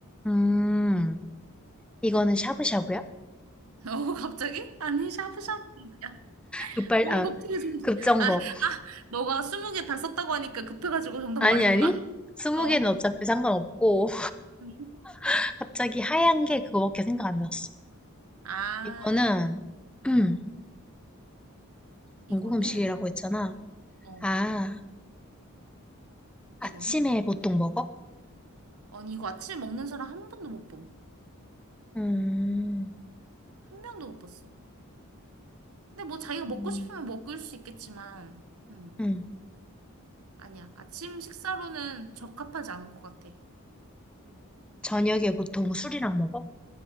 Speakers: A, in the centre; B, on the right.
A: 음, 이거는 샤브샤브야?
B: <laughs> 어, 갑자기? 아니, 샤브샤브. 야,
A: 급발,
B: 너무
A: 아,
B: 갑자기 좀,
A: 급정거.
B: 아, 너가 스무 개 다 썼다고 하니까 급해가지고 정답
A: 아니,
B: 말했구나.
A: 아니.
B: <laughs>
A: 스무
B: 어.
A: 개는 어차피 상관없고.
B: 응.
A: <laughs> 갑자기 하얀 게 그거밖에 생각 안 났어.
B: 아,
A: 이거는,
B: 음,
A: <clears throat> 음, 중국
B: 이거는,
A: 음식이라고 했잖아.
B: 어,
A: 아, 아침에
B: 이거는,
A: 보통 먹어?
B: 아니, 이거 아침에 먹는 사람 한 번도 못 봄.
A: 음,
B: 한 명도 못 봤어. 근데 뭐 자기가
A: 음,
B: 먹고 싶으면 먹을 수 있겠지만, 음,
A: 음.
B: 아니야. 아침 식사로는 적합하지 않은 것 같아.
A: 저녁에 보통 술이랑 먹어?